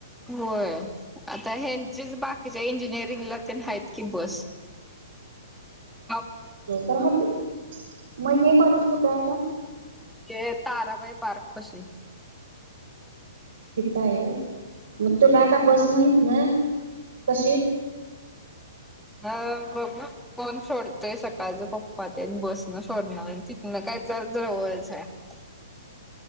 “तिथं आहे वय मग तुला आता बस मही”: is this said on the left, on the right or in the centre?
Right